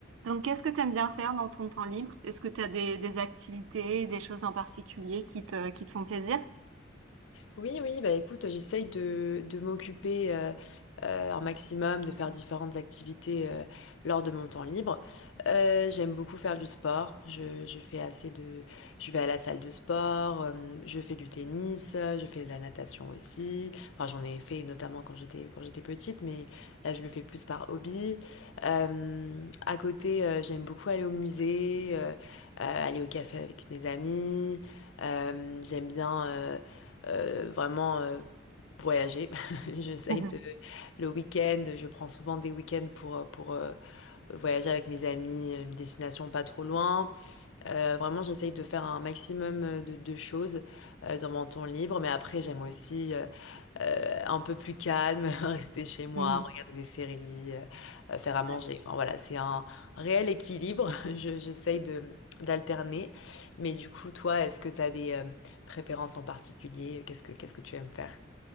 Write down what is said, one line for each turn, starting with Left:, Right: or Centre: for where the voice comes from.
Right: Donc, qu'est-ce que tu aimes bien faire dans ton temps libre? Est-ce que tu as des, des activités, des choses en particulier qui te, qui te font plaisir?
Left: Oui, oui, bah écoute, j'essaye de, de m'occuper euh, euh, un maximum, de faire différentes activités euh, lors de mon temps libre. Euh, j'aime beaucoup faire du sport. Je, je fais assez de, je vais à la salle de sport, euh, je fais du tennis, euh, je fais de la natation aussi. Enfin, j'en ai fait notamment quand j'étais quand j'étais petite, mais là je le fais plus par hobby. Euh, à côté, euh, j'aime beaucoup aller au musée, euh, euh, aller au café avec mes amis. Euh, j'aime bien. euh, euh, vraiment euh, voyager. <laughs> J'essaye
Right: Mhm.
Left: de le week-end, je prends souvent des week-ends pour, euh, pour euh, voyager avec mes amis, euh, une destination pas trop loin. Euh, vraiment, j'essaye de faire un maximum euh, de, de choses euh, dans mon temps libre, mais après, j'aime aussi euh, euh, un peu plus calme, <laughs> rester chez moi,
Right: Mhm.
Left: regarder des séries, euh, euh, faire à manger.
Right: Ouais.
Left: Enfin voilà, c'est un réel équilibre. <laughs> Je- j'essaye de d'alterner. Mais du coup, toi, est-ce que tu as des euh, préférences en particulier? Qu'est-ce que qu'est-ce que tu aimes faire?